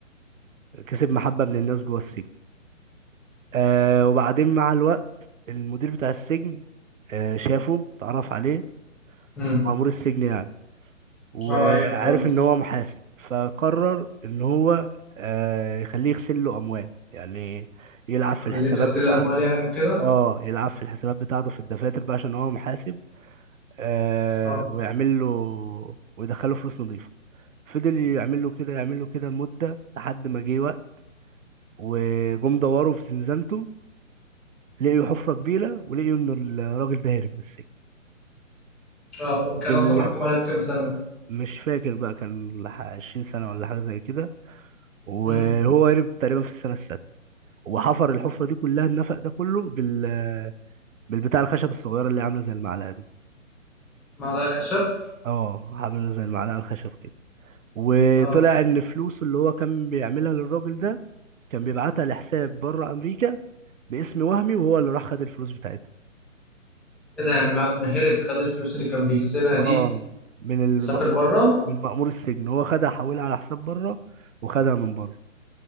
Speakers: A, on the right (about 75°); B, in the centre.
A: كسب محبه من الناس جوه السجن آه وبعدين مع الوقت المدير بتاع السجن آه شافه اتعرف عليه
B: امم
A: مأمور السجن يعني وعارف
B: اه ايوه فاهم
A: ان هو محاسب فقرر ان هو آه، يخليه يغسل له اموال يعني يلعب في
B: عمليه
A: الحسابات
B: غسيل
A: بتاعته
B: الاموال يعني وكده
A: اه يلعب في الحسابات بتاعته في الدفاتر بقى عشان هو محاسب آه
B: اه
A: ويعمل له ويدخله فلوس نظيفة فضل يعمل له كده يعمل له كده لمدة لحد ما جه وقت وجم دوروا في زنزانته لقيوا حفرة كبيرة ولقيوا ان الراجل ده هرب من السجن
B: اه وكان
A: بال...
B: اصلا محكوم عليه بكام سنه
A: مش فاكر بقى كان لح- 20 سنة ولا حاجة زي كده وهو
B: امم
A: هرب تقريبا في السنه السادسه وحفر الحفره دي كلها النفق ده كله بال بالبتاع الخشب الصغيره اللي عامله زي المعلقه دي
B: معلقه خشب
A: اه عامله زي المعلقه الخشب كده وطلع
B: اه
A: ان فلوسه اللي هو كان بيعملها للراجل ده كان بيبعتها لحساب بره امريكا باسم وهمي وهو اللي راح خد الفلوس بتاعتها
B: ايه ده يعني بعد ما هرب خد الفلوس اللي كان بيخسرها
A: اه
B: دي
A: من المأمور
B: وسافر بره
A: من مأمور السجن هو خدها حولها على حساب بره وخدها من بره